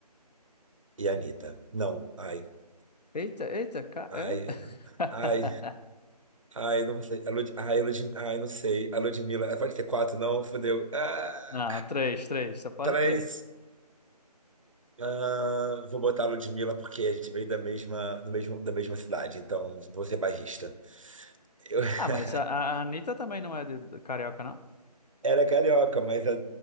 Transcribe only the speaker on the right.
e Anitta. Não, ai.
Ai,
ai, ai, não sei. A Lud... Ai, Lud... ai, não sei. A Ludmilla. eh, Pode ter quatro, não? Fudeu. Ah,
três.
Ah, vou botar a Ludmilla porque a gente veio da mesma, do mesmo, da mesma cidade, então vou ser bairrista. Eu <laughs>
era carioca, mas a,